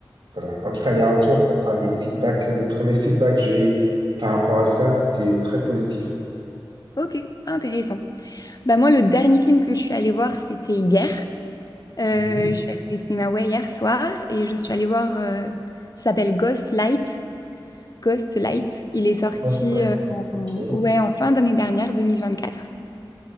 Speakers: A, on the right; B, on the left.
A: voilà. En tout cas, les retours, enfin, les feedbacks, les premiers feedbacks que j'ai eu par rapport à ça, c'était très positif.
B: Ok, intéressant. Bah moi, le dernier film que je suis allée voir, c'était hier. Euh,
A: Oui,
B: je suis allée au cinéma ouais, hier soir et je suis allée voir, euh, ça s'appelle Ghost Light. Ghost Light. Il est sorti
A: post-flight.
B: euh, en,
A: OK.
B: ouais, en fin d'année dernière, 2024.